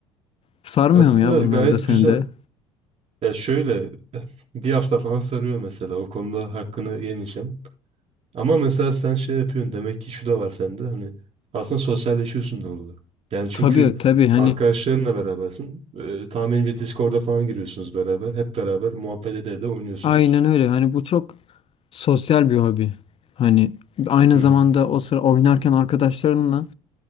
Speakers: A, on the left; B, on the right.
A: Sarmıyor
B: Aslında
A: mu ya bunlar
B: gayet
A: da seni
B: güzel.
A: de?
B: Ya şöyle <laughs> bir hafta falan sarıyor mesela. O konuda hakkını yemeyeceğim. Ama mesela sen şey yapıyorsun. Demek ki şu da var sende. Hani aslında sosyalleşiyorsun da orada. Yani çünkü
A: Tabii tabii hani
B: arkadaşlarınla berabersin. Ee, tahminimce Discord'a falan giriyorsunuz beraber. Hep beraber muhabbet ede de oynuyorsunuz.
A: aynen öyle. Hani bu çok sosyal bir hobi. Hani aynı
B: Hı
A: zamanda
B: hı.
A: o sıra oynarken arkadaşlarınla